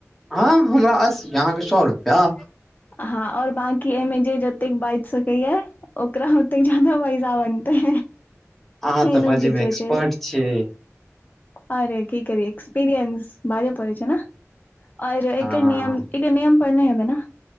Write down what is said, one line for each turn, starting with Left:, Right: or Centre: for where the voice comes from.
Centre: अँ हमरा अस्सी अहाँके सौ रुपैआ
Left: हँ आओर बंकी एहिमे जे जतेक बाजि सकैया ओकरा होते जादा पैसा बनतै
Centre: अहाँ
Left: एहनो
Centre: तऽ बाजै
Left: किछो
Centre: मे एक्सपर्ट
Left: छै
Centre: छी
Left: अरे की करियै एक्सपीरियंस बाज पड़ै छै न आर एकर
Centre: हँ
Left: नियम इकर नियम पर नै एबै न